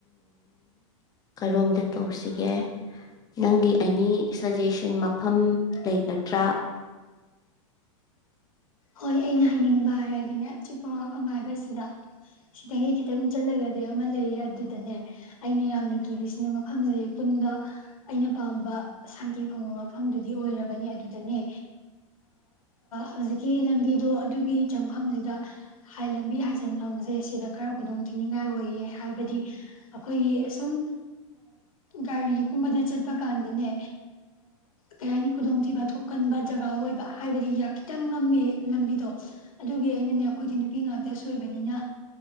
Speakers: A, on the left; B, on the left.
A: ꯀꯔꯣꯝꯗ ꯇꯧꯁꯤꯒꯦ ꯅꯪꯒꯤ ꯑꯦꯅꯤ ꯁꯖꯦꯁꯟ ꯃꯐꯝ ꯂꯩꯒꯗ꯭ꯔꯥ
B: ꯍꯣꯏ ꯑꯩꯅ ꯍꯥꯏꯅꯤꯡꯕ ꯍꯥꯏꯔꯗꯤꯅꯦ ꯑꯆꯤꯛꯄ ꯃꯐꯝ ꯍꯥꯏꯕꯁꯤꯗ ꯁꯤꯗꯒꯤ ꯈꯤꯇꯪ ꯆꯠꯂꯒꯗꯤ ꯑꯃ ꯂꯩꯌꯦ ꯑꯗꯨꯗꯅꯦ ꯑꯩꯅ ꯌꯥꯝꯅ ꯀꯤꯕꯁꯤꯅ ꯃꯐꯝꯗꯨ ꯄꯨꯟꯕ ꯑꯩꯅ ꯄꯥꯝꯕ ꯁꯥꯟꯇꯤ ꯐꯪꯕ ꯃꯐꯝꯗꯨꯗꯤ ꯑꯣꯏꯔꯕꯅꯦ ꯑꯗꯨꯗꯅꯦ ꯍꯧꯖꯤꯛ ꯒꯤ ꯂꯝꯕꯤꯗꯣ ꯑꯗꯨꯒꯤ ꯆꯪꯐꯝꯁꯤꯗ ꯂꯝꯕꯤ ꯍꯥꯏꯖꯤꯟꯐꯝꯁꯦ ꯁꯤꯗ ꯈꯔ ꯈꯨꯗꯣꯡ ꯊꯤꯅꯤꯡꯉꯥꯏ ꯑꯣꯏꯌꯦ ꯍꯥꯏꯕꯗꯤ ꯑꯩꯈꯣꯏꯒꯤ ꯁꯨꯝ ꯒꯥꯔꯤꯒꯨꯝꯕꯗ ꯆꯠꯄ ꯀꯥꯟꯗꯅꯦ ꯀꯩ ꯍꯥꯏꯅꯤ ꯈꯨꯗꯣꯡꯊꯤꯕ ꯊꯣꯛꯀꯟꯕ ꯖꯒꯥ ꯑꯣꯏꯕ ꯍꯥꯏꯕꯗꯤ ꯈꯤꯇꯪ ꯈꯤꯇꯪ ꯉꯝꯃꯦ ꯂꯝꯕꯤꯗꯣ ꯑꯗꯨꯒꯤ ꯑꯩꯅꯅꯦ ꯑꯩꯈꯣꯏꯗꯤ ꯅꯨꯄꯤ ꯉꯥꯛꯇꯁꯨ ꯑꯣꯏꯕꯅꯤꯅ